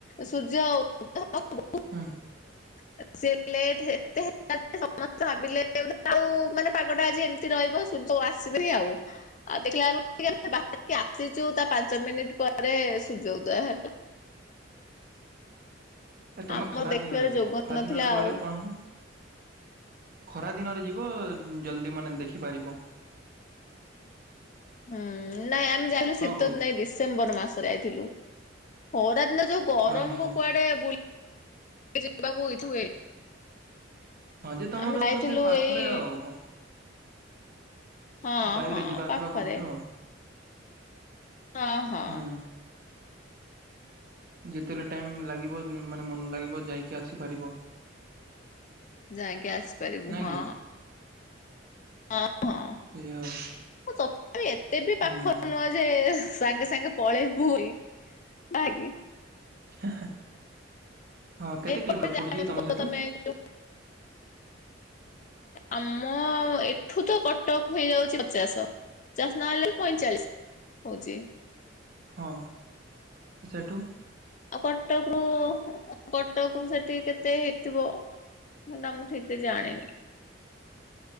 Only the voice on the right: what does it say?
ହଁ
ଏ ତମେ
ଖରା
ଦିନରେ ଯିବ
ଖରା
ଦିନରେ ଗଲେ
କଣ ହବ। ଖରା ଦିନରେ ଯିବ ଜଲ୍ଦି ମାନେ ଦେଖିପାରିବ।
କଣ
କହୁଛ?
ଓହୋ
ହଁ ଯେ ତମର
ତ ସେ ପାଖରେ
ଆଉ କ।
ବାଇକିରେ
ଯିବା ଆସିବା
କରୁଛ ଆଉ।
ହୁଁ ଯେତେବେଲେ ଟାଇମ ଲାଗିବ ମାନେ ମନ ଲାଗିବ ଯାଇକି ଆସିପାରିବ।
ନାଇଁ
କି?
ସେଇଆ ଆଉ
ହୁଁ
ହେଁ, ହଁ ହଁ କେତେ
କିଲୋମିଟର
ପଡ଼ୁଛି ତୋମ ସେଠୁ?
ହଁ ସେଠୁ?